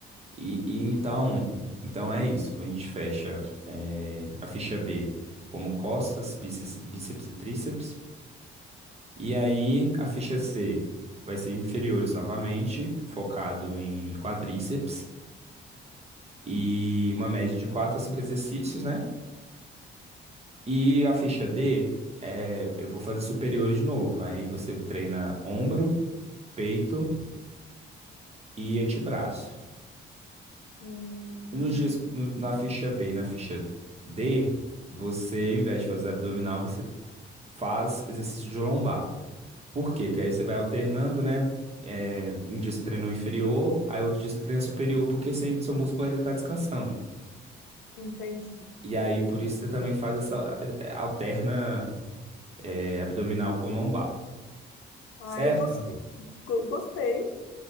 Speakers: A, on the right; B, on the left.
A: E, e então, então é isso. A gente fecha eh, a ficha B como costas, bíceps, bíceps e tríceps. E aí a ficha C vai ser inferiores novamente, focado em quadríceps e uma média de 4 a 5 exercícios, né? E a ficha D é, eu vou fazer superiores de novo. Aí você treina ombro, peito e antebraço.
B: Hum,
A: E nos dias, no- na ficha B e na ficha D, você, ao invés de fazer abdominal, você faz exercício de lombar. Por quê? Porque aí você vai alternando, né? É, um dia você treinou inferior, aí outro dia você treina superior, porque sem- seu músculo ainda está descansando.
B: entendi.
A: E aí, por isso, você também faz essa, eh, alterna, eh, abdominal com lombar,
B: Ah,
A: certo?
B: eu gostei. Go- Gostei.